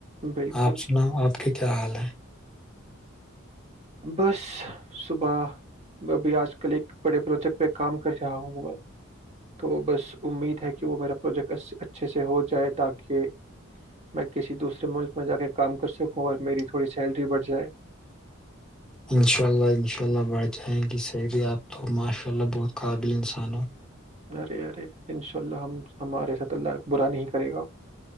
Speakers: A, on the right; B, in the centre.
A: بالکل
B: آپ سنا آپ کے کیا حال ہے
A: بس صبح میں ابھی آج کل ایک بڑے پروجیکٹ پہ کام کر رہا ہوںا تو بس امید ہے کہ وہ میرا پروجیکٹ اچھے سے ہو جائے تاکہ میں کسی دوسرے ملک میں جا کے کام کر سکوں اور میری تھوڑی سیلری بڑھ جائے
B: انشاء اللہ انشاء اللہ بڑھ جائ گی سیری آپ تو ماشاء اللہ بہت قابل انسان ہو
A: ارے ارے ان شاء اللہ ہم ہمارے س اللہ برا نہیں کرے گا